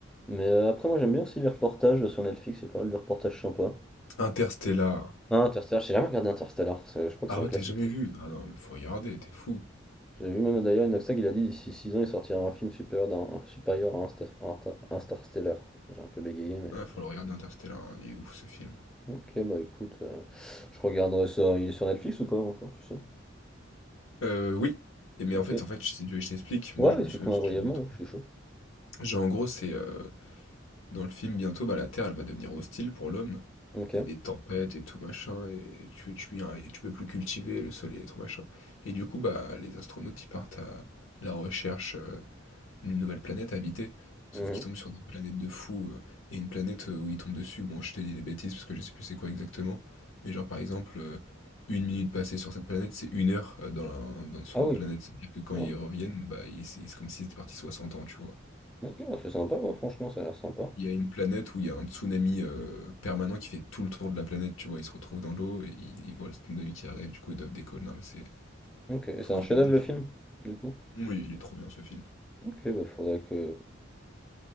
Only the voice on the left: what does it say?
Interstellar.
Ah
ouais,
t'as jamais vu? Ah non, mais faut regarder, t'es fou.
Ah, faut le regarder Interstellar, hein, il est ouf ce film.
Euh, oui. Et mais
en fait, en fait, je t'ai- je t'explique, moi
je
me souviens parce
que je l'ai vu d'autres
fois.
Genre en gros, c'est euh, dans le film bientôt, bah, la Terre elle va devenir hostile pour l'homme.
Il y a des tempêtes et tout machin, et tu, tu, et tu peux plus cultiver le soleil et tout machin. Et du coup, bah, les astronautes ils partent à la recherche. euh, une nouvelle planète à habiter. Sauf
qu'ils tombent sur des planètes de fous. euh, Il y a une planète euh, où ils tombent dessus. Bon, je t'ai dit des bêtises parce que je sais plus c'est quoi exactement. Mais genre, par exemple, euh, une minute passée sur cette planète, c'est une heure euh, dans la- dans- sur
d'autres
planètes. C'est-à-dire que quand
ils reviennent, bah, ils- c'est c'est comme s'ils étaient partis 60 ans, tu vois.
Il y a une planète où il y a un tsunami euh, permanent qui fait tout le tour de la planète, tu vois. Ils se retrouvent dans l'eau et ils, ils voient le tsunami qui arrive, du coup ils doivent décoller. Non mais c'est...
Faut
regarder,
faut...
Oui, il est trop bien ce film.